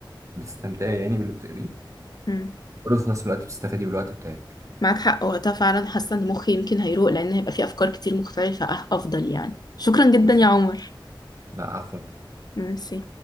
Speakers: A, on the right (about 35°); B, on the left (about 50°).
A: بتستمتعي يعني باللي بتقريه
B: مم.
A: برضه في نفس الوقت بتستفادي بالوقت بتاعك
B: معاك حق وقتها فعلا حاسة ان مخي يمكن هيروق لان هيبقى فيه افكار كتير مختلفة أه- افضل يعني شكرا جدا
A: بالظبط
B: يا عمر
A: لا عفوا
B: ميرسي